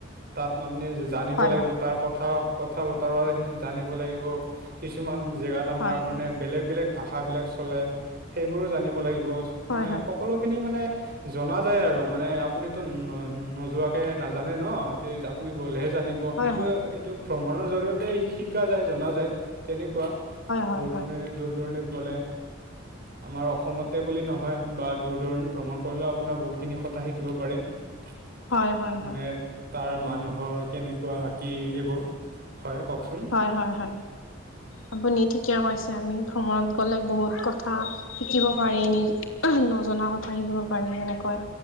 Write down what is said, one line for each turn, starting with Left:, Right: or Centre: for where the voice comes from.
Right: তাত আপুনি জানিব
Left: হয়
Right: লাগিব
Left: হয়
Right: তাৰ কথাও <unintelligible> কথা বতৰা জানিব লাগিব। কিছুমান জেগাত আমাৰ
Left: হয়
Right: মানে <inaudible> বেলেগ-বেলেগ ভাষাবিলাক চলে। সেইবোৰো জানিব লাগিব
Left: হয়
Right: মানে
Left: হয়
Right: সকলোখিনি
Left: হয়
Right: মানে <unintelligible> জনা যায় আৰু মানে আপুনিতো নোযোৱাকে নাজানে ন। ত আপুনি গ'লেহে জানি <unintelligible> সেইটোৱে
Left: হয় হয়
Right: এইটো ভ্ৰমণৰ জৰিয়তে শিকা যায়, জনা যায় তেনেকুৱা <unintelligible>
Left: হয় হয়
Right: দূৰ-দূৰণিত,
Left: হয় হয়
Right: দূৰ-দূৰণিত গ'লে আমাৰ অসমতে বুলি নহয় <inaudible> বা দূৰ-দূৰণিত ভ্ৰমণ কৰিলেও আপোনাৰ বহুতখিনি কথা শিকিব পাৰে। <unintelligible>
Left: হয় হয় হয় হয় হয়
Right: মানে তাৰ মানুহৰ কেনেকুৱা কি এইবোৰ। হয় কওক চোন? <inaudible>
Left: হয়-হয়-হয় আপুনি ঠিকে কৈছে আমি ভ্ৰমণত গলে বহুত কথা <unintelligible> শিকিব পাৰি। নি <inaudible> নজনা কথা শিকিব পাৰি যেনেকৈ